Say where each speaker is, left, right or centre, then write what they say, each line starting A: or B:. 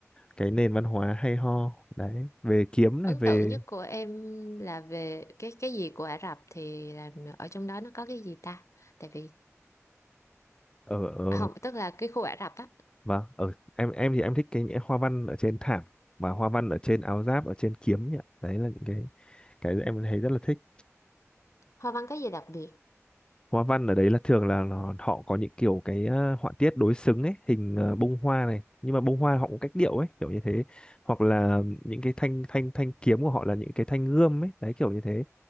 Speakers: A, on the left; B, on the left.
A: cái nền văn hóa hay ho đấy về kiếm
B: ấn
A: này về
B: tượng nhất của em là về cái cái gì của Ả Rập thì là ở trong đó nó có cái gì ta tại vì
A: ở ở
B: không tức là cái khu Ả Rập á
A: và ở em em thì em thích cái những hoa văn ở trên thảm và hoa văn ở trên áo giáp ở trên kiếm nhỉ đấy là những cái cái em thấy rất là thích
B: Hoa văn có gì đặc biệt?
A: hoa văn ở đấy là thường là nó- họ có những kiểu cái ờ, họa tiết đối xứng ấy hình ờ, bông hoa này nhưng mà bông hoa họ cũng cách điệu ấy kiểu như thế hoặc là những cái thanh thanh thanh kiếm của họ là những cái thanh gươm ấy đấy kiểu như thế